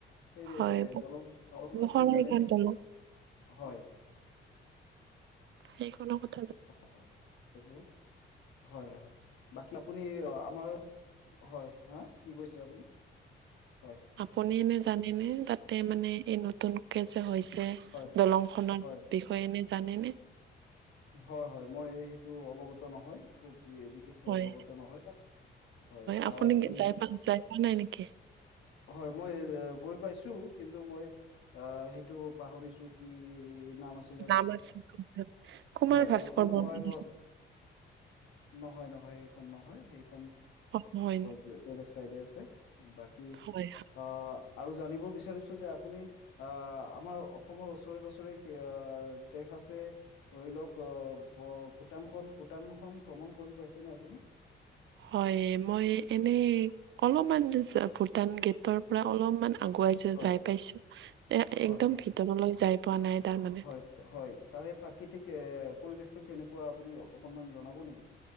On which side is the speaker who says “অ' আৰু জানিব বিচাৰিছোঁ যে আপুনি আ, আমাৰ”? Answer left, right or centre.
Left